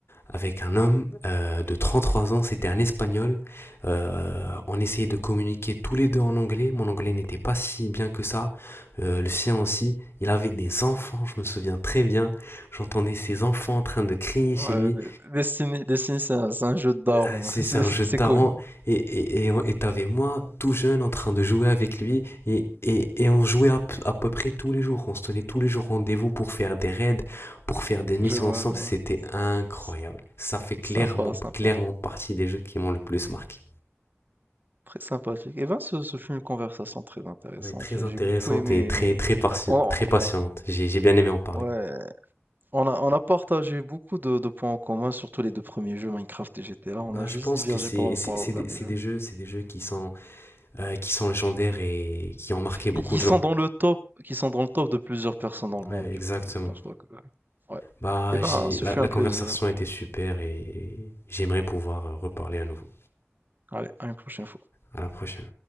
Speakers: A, on the left; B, on the right.
A: avec un homme euh, de 33 ans, c'était un Espagnol. Euh, on essayait de communiquer tous les deux en anglais. Mon anglais n'était pas si bien que ça. Euh, le sien aussi. Il avait des enfants, je me souviens très bien. J'entendais ses enfants en train de crier chez
B: Ouais,
A: lui.
B: mais Destiny, Destiny, c'est un, c'est un jeu de daron.
A: Ah, C'est
B: <laughs> C'est
A: c'est un
B: c'est
A: jeu de tarant.
B: cool.
A: Et et- et- et t'avais moi, tout jeune, en train de jouer avec lui. Et, et, et on jouait à, à peu près tous les jours. On se tenait tous les jours rendez-vous pour faire des raids, pour faire des missions
B: Je vois,
A: ensemble.
B: je vois.
A: C'était incroyable.
B: Sy-
A: Ça fait clairement,
B: Sympa, sympa.
A: clairement partie des jeux qui m'ont le plus marqué.
B: Très sympathique. Eh ben, ce, ce fut une conversation très intéressante.
A: Ouais, très
B: J'ai
A: intéressante
B: j'ai beaucoup aimé.
A: et très, très, parti-
B: Oh,
A: très passionnante. J'ai j'ai bien aimé en parler.
B: ouais. On a, on a partagé beaucoup de, de points en commun, surtout les deux premiers jeux, Minecraft et GTA. On
A: Bah,
B: a juste
A: je pense
B: divergé
A: que c'est
B: par rapport
A: c'est- c'est
B: aux premier
A: des, c'est
B: jeux.
A: des jeux, c'est des jeux qui sont, euh, qui sont légendaires et qui ont marqué beaucoup
B: Ils ils
A: de
B: sont
A: gens.
B: dans le top, qui sont dans le top de plusieurs personnes dans le monde,
A: Ouais,
B: du
A: exactement.
B: coup, je pense pas que... Ouais.
A: Bah,
B: Eh ben,
A: j'ai
B: ce
A: la,
B: fut
A: la
B: un
A: conversation
B: plaisir.
A: était super et j'aimerais pouvoir reparler à nouveau.
B: Allez, à une prochaine fois.
A: À la prochaine.